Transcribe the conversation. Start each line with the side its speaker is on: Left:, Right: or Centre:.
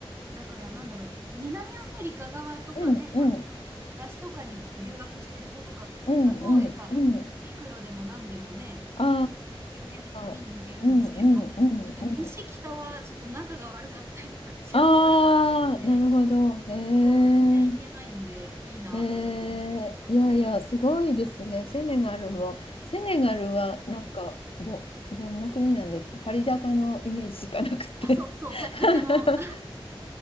Right: だからなんだろう、南アフリカ側とかね、
Left: うんうん
Right: た、それこそ東とかに留学してる子とかだと、
Left: うんうんうん。
Right: やっぱ陸路でも何でもね、
Left: あ
Right: 周辺の国に行けるんですけど、
Left: あ、うんうんうんうん。
Right: <laughs> ちょっと西北はちょっと仲が悪かったりとか治安が悪かったりで、
Left: ああ、なるほど。へえ。
Right: そう、全然行けないんで、いいなって思って見てました。
Left: えー、いやいや、すごいですね。セネガルも。
Right: いやいや。
Left: セネガルは、なんか、ど、どんな国なんですパリ高のイメージしかなくて。
Right: あ、そうそう、
Left: <laughs>
Right: パリ高の、